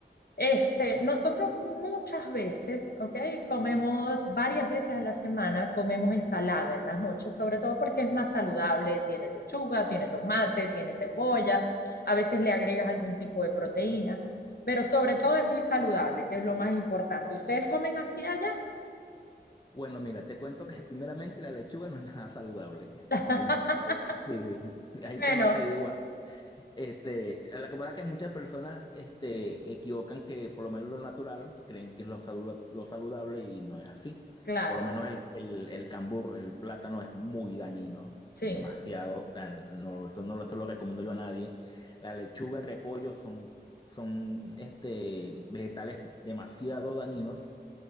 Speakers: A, on the left; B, on the left.
A: Este, nosotros muchas veces, ¿ok? Comemos varias veces a la semana, comemos ensalada en las noches, sobre todo porque es más saludable, tiene lechuga, tiene tomate, tiene cebolla, a veces le agregas algún tipo de proteína pero sobre todo es muy saludable, que es lo más importante. ¿Ustedes comen así allá?
B: Bueno, mira, te cuento que <laughs> primeramente la lechuga no es nada saludable.
A: <laughs>
B: <laughs> Ahí, ahí, sí, sí. <laughs> Ahí
A: Bueno,
B: está más te digo Este, la que pasa es que muchas personas este, equivocan que por lo menos lo natural creen que es lo, salu- lo saludable y no es así.
A: claro,
B: Por lo menos el, el, el cambur, el plátano es muy dañino,
A: sí,
B: demasiado. O sea, no, eso no lo- se lo recomiendo yo a nadie. La lechuga, el repollo son, son este, vegetales demasiado dañinos,